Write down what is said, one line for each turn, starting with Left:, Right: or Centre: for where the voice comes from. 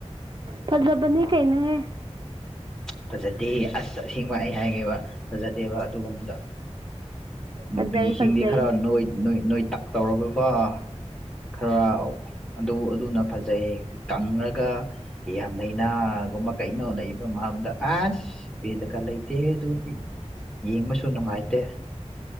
Right: ꯐꯖꯕꯅꯦ ꯀꯩꯅꯣ ꯍꯦ
Centre: ꯐꯖꯗꯦ ꯑꯁ ꯑꯁꯦꯡꯕ ꯑꯩ ꯍꯥꯏꯒꯦꯕ ꯐꯖꯗꯦꯕ ꯑꯗꯨꯒꯨꯝꯕꯗꯣ ꯅꯨꯄꯤꯁꯤꯡꯗꯤ
Right: ꯐꯖꯩ ꯐꯖꯩ
Centre: ꯈꯔ ꯅꯣꯏ ꯅꯣꯏ ꯇꯛ ꯇꯧꯔꯒꯀꯣ ꯈꯔ ꯑꯗꯨ ꯑꯗꯨꯅ ꯐꯖꯩ ꯀꯪꯉꯒ ꯌꯥꯝ ꯂꯥꯏꯅꯥꯒꯨꯝꯕ ꯀꯩꯅꯣ ꯂꯩꯕ ꯃꯥꯥꯟꯕꯗ ꯑꯁ ꯕꯦꯗꯀꯥ ꯂꯩꯇꯦ ꯍ° ꯑꯗꯨꯗꯤ ꯌꯦꯡꯕꯁꯨ ꯅꯨꯡꯉꯥꯏꯇꯦ